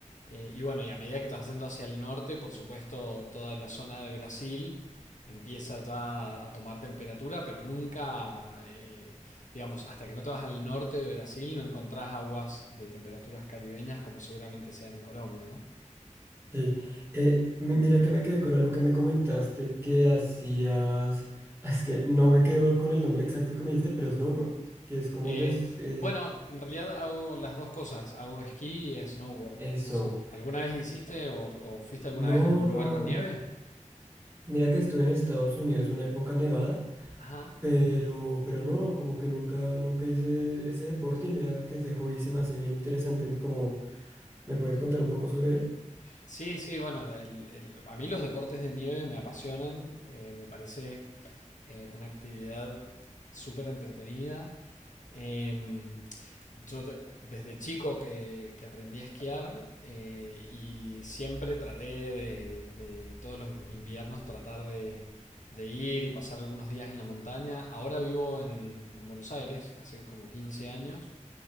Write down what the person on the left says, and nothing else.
Eh, y bueno, y a medida que te vas yendo hacia el norte, por supuesto, toda la zona de Brasil empieza ya a tomar temperatura, pero nunca, eh, digamos, hasta que no te vas al norte de Brasil, no encontrás aguas de temperaturas caribeñas como seguramente sean en Colombia, ¿no?
Eh,
bueno, en realidad hago las dos cosas, hago esquí y snowboard.
No sé, ¿Alguna vez hiciste o, o fuiste alguna
vez a algún
lugar con nieve?
Ajá.
Sí, sí, bueno, el- el- a mí los deportes de nieve me apasionan, eh, me parece eh, una actividad súper entretenida. Em, yo de- desde chico que, que aprendí a esquiar eh, y siempre traté de, de todos los inviernos tratar de, de ir y pasar algunos días en la montaña. Ahora vivo en, en Buenos Aires, hace como 15 años,